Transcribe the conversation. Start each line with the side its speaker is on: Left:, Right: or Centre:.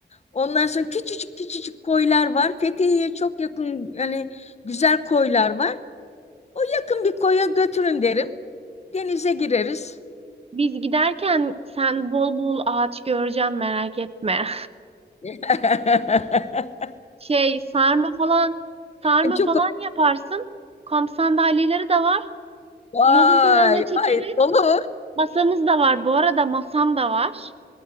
Left: Ondan sonra küçücük küçücük koylar var. Fethiye'ye çok yakın yani güzel koylar var. O yakın bir koya götürün derim. Denize gireriz.
Right: Biz giderken sen bol bol ağaç göreceğim merak etme.
Left: <laughs>
Right: <laughs> Şey sarma falan sarma
Left: Yani çok
Right: falan yaparsın. Kamp sandalyeleri de var.
Left: vay
Right: Yolun kenarına çekeriz.
Left: vay dolu.
Right: Masamız da var. Bu arada masam da var.